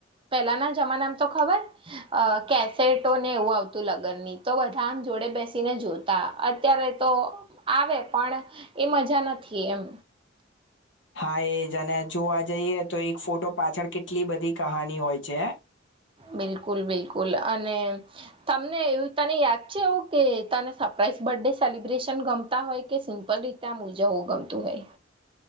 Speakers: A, on the right; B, on the left.
A: પેલાના જમાનામ તો ખબર કે સેટો ને એવું આવતું લગનની જ તો બધા આમ જોડે બે ને જોતા અત્યારે તો આવે પણ એ મજા નથી એમ
B: હા એજ અને જોવા જઈએ તો એક ફોટો પાછળ કેટલી બધી કહાની હોય છે
A: બિલકુલ બિલકુલ અને તમને એું તને યાદ વાત છેું કે તને સરપ્રાઈઝ બર્થડે સેલિબ્રેશન ગમતા હોય કે સિમ્પલ રીતે આ મુજવું ગમતું હોય